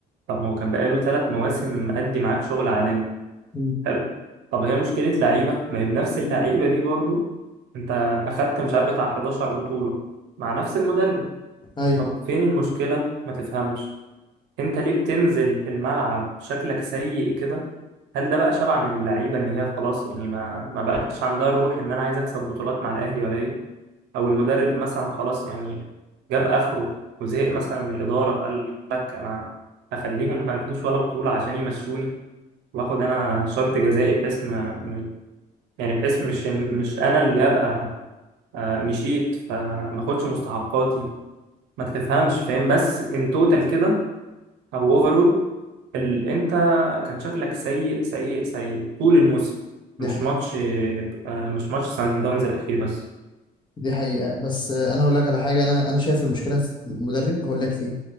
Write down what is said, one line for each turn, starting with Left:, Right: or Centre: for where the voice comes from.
Right: طب ما هو كان بقاله ثلاث مواسم مأدي معاك شغل عالمي
Left: مم.
Right: حلو طب هي مشكلة لعيبة ما هي بنفس اللعيبة دي برضو انت اخدت مش عارف بتاع 11 بطولة مع نفس المدرب
Left: أيوه
Right: طب فين المشكلة ما تفهمش انت ليه بتنزل الملعب شكلك سيء كده هل ده بقى شبع من اللعيبة ان هي خلاص يعني ما ما بقاش عندها الروح ان انا عايز اكسب بطولات مع الاهلي ولا ايه او المدرب مثلا خلاص يعني جاب اخره وزهق مثلا من الإدارة فقال لك انا هخليهم ما ياخدوش ولا بطولة عشان يمشوني واخد انا شرط جزائي بحيث ما يعني بحيث مش مش انا اللي ابقى آه، مشيت فما اخدش مستحقاتي ما تفهمش فاهم بس ان توتال كده او اوفرول ال... انت كان شكلك سيء سيء سيء طول الموسم
Left: دي
Right: مش
Left: حقيقة
Right: ماتش آه، مش ماتش سان داونز الاخير بس
Left: دي حقيقة بس آه، أنا هقول لك على حاجة أنا أنا شايف المشكلة في المدرب هقول لك ليه